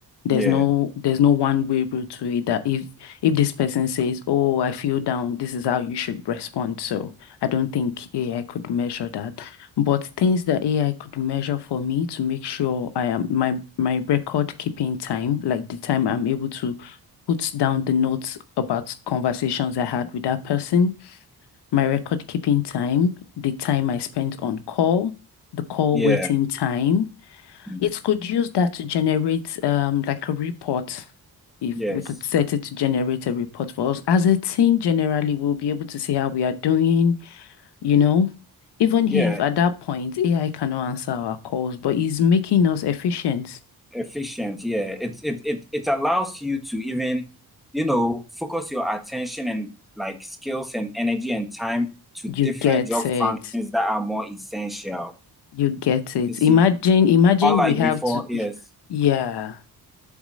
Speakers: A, on the left; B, in the centre.
A: there's
B: Yeah.
A: no there's no one way route to it that if if this person says oh I feel down this is how you should respond so I don't think AI could measure that but things that AI could measure for me to make sure I am my my record keeping time, like the time I'm able to put down the notes about conversations I had with that person, my record keeping time, the time I spent on call, the call
B: Yeah.
A: waiting time.
B: Mm.
A: It could use that to generate um like a report. If
B: Yes.
A: we could set it to generate a report for us as a team, generally, we'll be able to see how we are doing you know? Even
B: Yeah.
A: if at that point AI cannot answer our calls, but it's making us efficient.
B: efficient yeah it it it it allows you to even you know focus your attention and like skills and energy and time to
A: You
B: different
A: get
B: job
A: it.
B: functions that are more essential
A: You get it.
B: you see
A: Imagine, imagine
B: unlike
A: we have
B: before
A: to,
B: yes
A: yeah.